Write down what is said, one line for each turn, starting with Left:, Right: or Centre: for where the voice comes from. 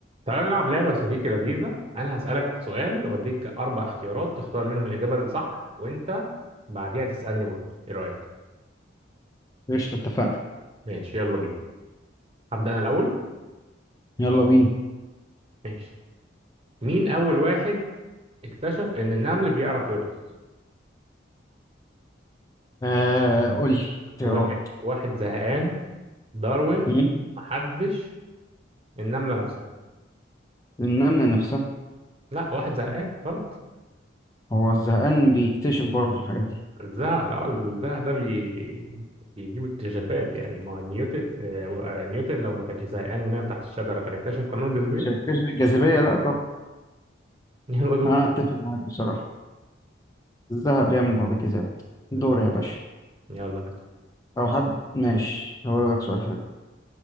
Right: تعالى نلعب لعبة يا صديقي لذيذة أنا هسألك سؤال وأديك أربع اختيارات تختار منهم الإجابة الصح وأنت بعديها تسألني برضه إيه رأيك؟
Left: قشطة اتفقنا
Right: ماشي يلا بينا هبدأ أنا الأول
Left: يلا بينا
Right: ماشي مين أول واحد اكتشف إن النمل بيعرف يرقص؟
Left: آه قول لي اختيارات
Right: واحد واحد زهقان داروين
Left: مم.
Right: محدش النملة نفسها
Left: النملة نفسها
Right: لا واحد زهقان غلط
Left: هو الزهقان بيكتشف برضه الحاجات دي
Right: الزهق لا الزهق ده بي... بيجيب اكتشافات يعني ما هو نيوتن آه، نيوتن لو ما كانش زهقان ونام تحت الشجرة كان اكتشف قانون الجاذبية
Left: شكلش الجاذبية لا طب
Right: <laughs> يلا دور
Left: أنا أتفق معاك بصراحة الذهب بيعمل معجزات
Right: بالظبط
Left: دور يا باشا
Right: يلا بينا
Left: أو حد ماشي هقول لك سؤال حلو